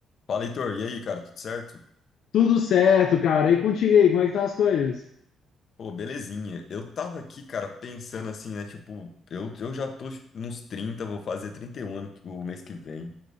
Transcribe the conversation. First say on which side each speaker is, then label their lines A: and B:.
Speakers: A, on the left (about 55°); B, on the left (about 70°).
A: Fala, Heitor. E aí, cara, tudo certo?
B: Tudo certo, cara. E contigo aí, como é que estão as coisas?
A: Pô, belezinha. Eu tava aqui, cara, pensando assim, né? Tipo, eu, eu já tô tipo, nos 30. vou fazer 31 ano que- o mês que vem.